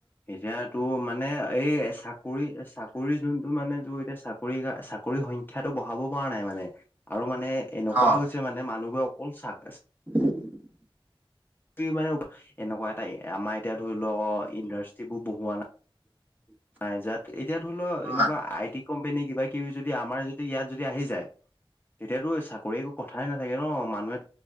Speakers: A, on the left; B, on the right.
A: এতিয়া টো মানে এই চাকৰি, চাকৰি যোনটো মানে টো এতিয়া চাকৰি চাকৰি সংখ্যাটো বঢ়াব পৰা নাই মানে আৰু মানে এনেকুৱা
B: অ
A: হৈছে মানে মানুহবোৰে অকল চা
B: <inaudible>
A: <unintelligible> এনেকুৱা এটা, আমাৰ এতিয়া ধৰি ল' ইণ্ডাষ্ট্ৰীবোৰ বহুৱোৱা নাই নাই, যাত এতিয়া ধৰি ল' এনেকুৱা
B: হয়।
A: আই টি কোম্পানী কিবা কিবি আমাৰ যদি ইয়াত যদি আহি যায়, তেতিয়াটো চা কৰিব কথাই নাথাকে ন' মানুহে